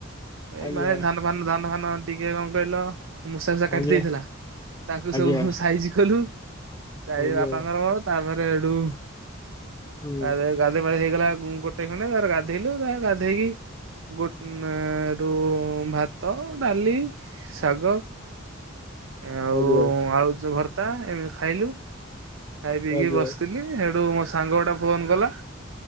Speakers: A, on the right; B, on the left.
A: ଏଇ
B: ଆଜ୍ଞା
A: ମାନେ ଧାନ ମାନେ ଧାନ ଫାନ ଟିକେ କଁ କହିଲ ମୂଷା ଫୂଷା କାଟି
B: ଆଜ୍ଞା
A: ଦେଇଥିଲା। ତାକୁ ସବୁ
B: ଆଜ୍ଞା
A: ସାଇଜି କଲୁ ସାଇ
B: ଆଜ୍ଞା
A: ବାପାଙ୍କର ମୋର ତାପରେ ହେଠଉ
B: ହୁଁ
A: ଗାଧ ଗାଧ ପାଧେ ହେଇଗଲା ଗୋଟେ ଖଣ୍ଡେ ତାର ଗାଧେଇଲୁ ତା ଗାଧେଇକି ଗୋ ରୁ ଭାତ ଡାଲି ଶାଗ ଆଉ
B: ଆଜ୍ଞା।
A: ଆଳୁ ଯୁ ଭର୍ତ୍ତା ଏମିତି ଖାଇଲୁ ଖାଇ ପିଇକି
B: ଆଜ୍ଞା
A: ବସିଥିଲି। ହେଠୁ ମୋ ସାଙ୍ଗ ଗୋଟେ ଫୋନ କଲା।